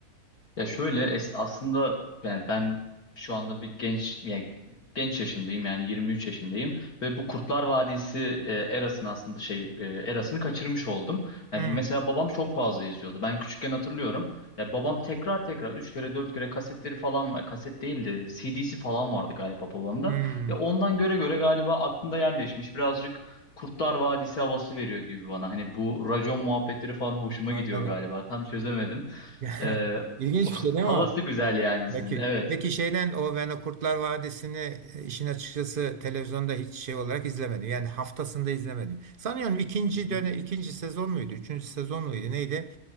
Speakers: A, on the left; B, on the right.
A: Ya şöyle es aslında yani ben şu anda bir genç ya genç yaşındayım yani 23 yaşındayım ve bu Kurtlar Vadisi e, erasını aslında şey e, erasını kaçırmış oldum. Yani
B: Hmm,
A: mesela babam çok fazla izliyordu. Ben küçükken hatırlıyorum. Ya babam tekrar tekrar 3 kere 4 kere kasetleri falan kaset değildi. CD'si falan vardı galiba babamda.
B: hmm,
A: Ya ondan göre göre galiba aklımda yerleşmiş. Birazcık Kurtlar Vadisi havası veriyor gibi bana. Hani bu racon muhabbetleri falan hoşuma
B: anladım.
A: gidiyor galiba. Tam çözemedim.
B: <laughs>
A: Ee,
B: İlginç
A: <laughs>
B: bir şey değil
A: havası
B: mi? o?
A: güzel yani izin.
B: Peki,
A: Evet.
B: peki şeyden o ben o Kurtlar Vadisi'ni e, işin açıkçası televizyonda hiç şey olarak izlemedim. Yani haftasında izlemedim. Sanıyorum ikinci
A: Hı
B: dönem,
A: hı,
B: ikinci sezon muydu? Üçüncü sezon muydu? Neydi?